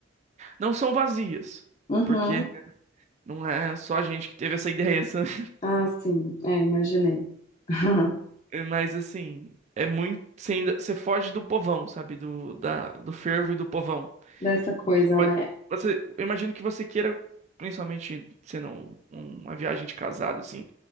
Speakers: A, on the right; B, on the left.
A: Não são vazias,
B: Uhum.
A: porque não é só a gente que teve essa <laughs> ideia, sabe?
B: Ah, sim. É, imaginei. <laughs>
A: É, Mas assim, é muito. Você ainda, você foge do povão, sabe? Do, da, do fervo e do povão.
B: Dessa coisa,
A: Você pode.
B: né?
A: Você, eu imagino que você queira, principalmente sendo um- um, uma viagem de casado, assim,